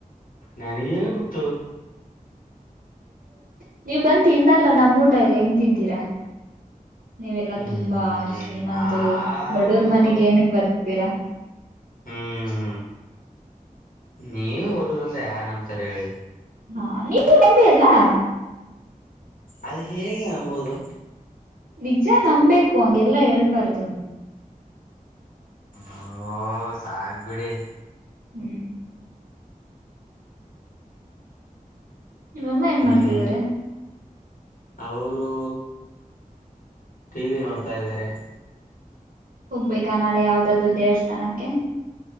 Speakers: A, on the left; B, on the right.
A: ನಗೆನ್ ಗೊತ್ತು.
B: <inaudible> ನೀವ್ ಬಂತಿ ಇನ್ನಲ್ಲ ನಮ್ಮ್ ಊಟ ಎಲ್ಲಿ ಹೆಂಗ್ ತಿಂತೀರಾ. ನೀವೆಲ್ಲಾ
A: ಹ್ಮ್
B: ತುಂಬಾ ಶ್ರೀಮಂತರು
A: ಆ
B: ಬಡೂರ್
A: ಹೌದು
B: ಮನಗ್ ಏನಗ್ ಬರ್ತೀರಾ.
A: ಹ್ಮ ನೀವ ಬಡವರಂದ್ರ ಯಾರ ಅಂಬತಾರ ಹೇಳಿ.
B: ಹಾ ನೀವು ನಂಬಿ ಅಲ್ಲಾ.
A: ಅದು ಹೇಗೆ ಅಂಬಬೋದು.
B: ನಿಜ ನಂಬಬೇಕು ಹಗೆಲ್ಲಾ ಹೇಳ್ಬಾರ್ದು ನೀ
A: ಹ್ಮ ಸಾಗಬಿಡಿ.
B: ಹ್ಮ್ ನಿಮ್ಮಮ್ಮ ಏನ್
A: ಹ್ಮ್
B: ಮಾಡ್ತಿದಾರೆ
A: ಅವರು ಟಿವಿ ನೋಡ್ತಾ ಇದ್ದಾರೆ.
B: ಹೋಗ್ಬೇಕಾ ನಾಳೆ ಯಾವ್ದಾದ್ರರು ದೇವಸ್ಥಾನಕ್ಕೆ.